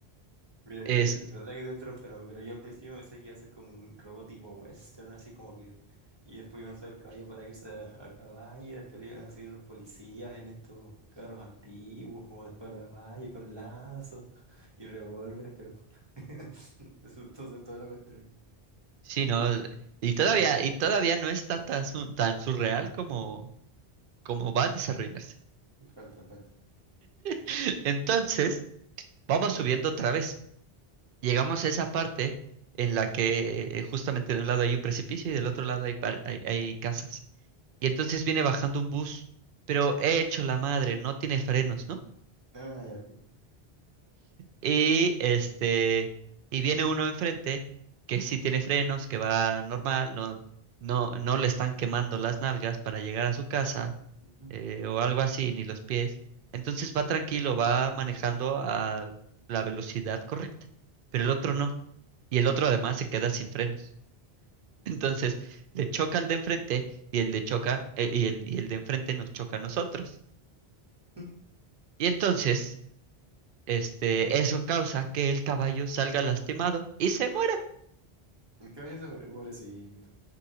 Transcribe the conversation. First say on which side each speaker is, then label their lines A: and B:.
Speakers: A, on the right; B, on the right.
A: Mira, mira,
B: Este,
A: de verdad que dentro, pero, pero yo al principio pensé que iba a ser como un robot tipo western, así como que. Y después iban a usar el caballo para irse a, a caballo, y después iban a seguir unos policías en estos carros antiguos, o después a caballo con lazos <laughs> y revólveres, pero. <laughs> Eso entonces todo lo contrario.
B: sí, ¿no? El- Y todavía, y todavía no está tan, su- tan surreal como, como va a desarrollarse.
A: Falta, falta.
B: <laughs> Entonces, vamos subiendo otra vez. Llegamos a esa parte en la que eh, justamente de un lado hay un precipicio y del otro lado hay, par-
A: ¿Mm?
B: hay, hay casas. Y entonces viene bajando un bus, pero he hecho la madre, no tiene frenos, ¿no?
A: Ah, ya.
B: Y este, y viene uno enfrente que sí tiene frenos, que va normal, no, no, no le están quemando las nalgas para llegar a su casa,
A: Ujú.
B: eh, o algo así, ni los pies. Entonces va tranquilo, va manejando a la velocidad correcta, pero el otro no. Y el otro además se queda sin frenos. <laughs> Entonces
A: Ya.
B: le choca al de enfrente y el de choca, eh, y el, y el de enfrente nos choca a nosotros.
A: <laughs>
B: Y entonces, este, eso causa que el caballo salga lastimado y se muera.
A: El caballo se muere, pobrecito.